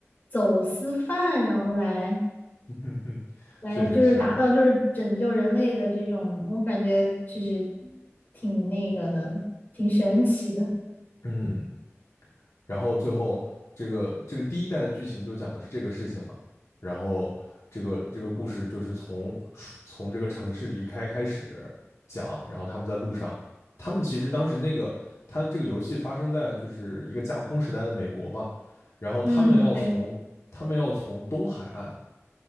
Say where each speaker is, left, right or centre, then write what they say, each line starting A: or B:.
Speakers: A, on the left; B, on the left.
A: 走私贩，然后来
B: <laughs> 嗯哼，
A: 来就是达到就是拯救人类的这种，
B: 确实是啊，
A: 我感觉就是挺那个的，挺神奇的。
B: 嗯，然后最后这个这个第一代的剧情就讲的是这个事情嘛，然后这个这个故事就是从从这个城市离开开始讲，然后他们在路上，他们其实当时那个他这个游戏发生在就是一个架空时代的美国嘛，然后他们要从他们要从东海岸，
A: 嗯，对，